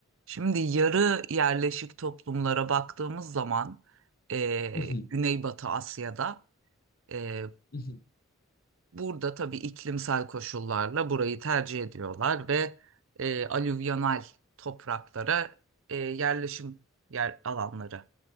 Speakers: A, on the right; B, on the left.
A: Şimdi yarı yerleşik toplumlara baktığımız zaman eee,
B: Hı hı
A: Güneybatı Asya'da eee,
B: hı hı,
A: burada tabii iklimsel koşullarla burayı tercih ediyorlar ve eee alüvyonal topraklara eee, yerleşim yer alanları